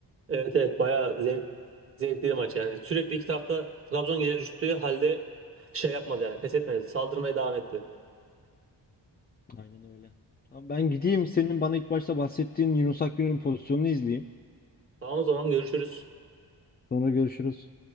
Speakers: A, on the right (about 30°); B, on the left (about 20°).
A: evet evet bayağı zevk, zevkli bir maç yani. Sürekli iki tarafta Trabzon geri düştüğü halde şey yapmadı yani pes etmedi. Saldırmaya devam etti.
B: Aynen öyle. Tamam ben gideyim senin bana ilk başta bahsettiğin Yunus Akgün'ün pozisyonunu izleyeyim.
A: Tamam o zaman görüşürüz.
B: Sonra görüşürüz.